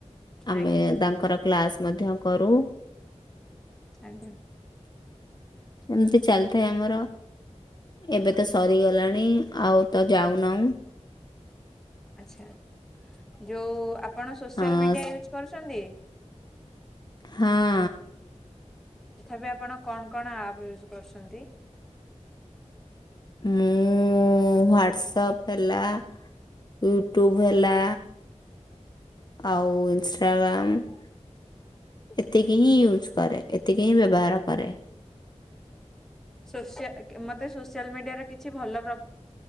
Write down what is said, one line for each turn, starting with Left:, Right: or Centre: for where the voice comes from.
Left: ଆମେ
Centre: ଆଜ୍ଞା
Left: ତାଙ୍କର କ୍ଲାସ ମଧ୍ୟ କରୁ।
Centre: ଆଜ୍ଞା।
Left: ଏମିତି ଚାଲିଥାଏ ଆମର। ଏବେ ତ ସରିଗଲାଣି ଆଉ ତ ଯାଉନାହୁଁ।
Centre: ଆଚ୍ଛା। ଯୋଉଁ ଆପଣ ସୋସିଆଲ
Left: ହଁ
Centre: ମିଡିଆ ୟୁଜ୍ କରୁଛନ୍ତି?
Left: ହାଁ।
Centre: ତଥାପି ଆପଣ କଣ କଣ ଆପ୍ ୟୁଜ୍ କରୁଛନ୍ତି?
Left: ମୁଁ ମୁଁ ହ୍ଵାଟ୍ସଆପ୍ ହେଲା, ୟୁଟ୍ୟୁବ ହେଲା ଆଉ ଇନଷ୍ଟାଗ୍ରାମ ଏତିକି ହିଁ ୟୁଜ୍ କରେ। ଏତିକି ହିଁ ବ୍ୟବହାର କରେ।
Centre: ସୋସିଆଲ ମୋତେ ସୋସିଆଲ ମିଡିଆର କିଛି ଭଲ ଗ